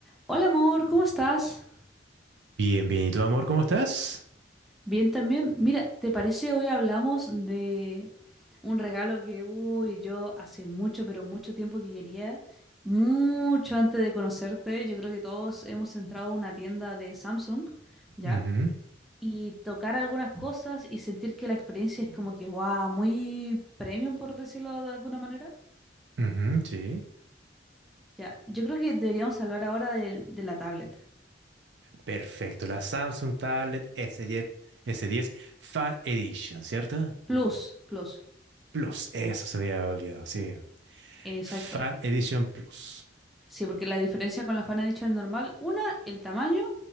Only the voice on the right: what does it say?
Bien, bien. ¿Y tú, amor, cómo estás?
Ujú,
ujú, sí.
Perfecto. La Samsung Tablet S10, S10 Fan Edition, ¿cierto?
Plus. Eso se había olvidado, sí.
Fan Edition Plus.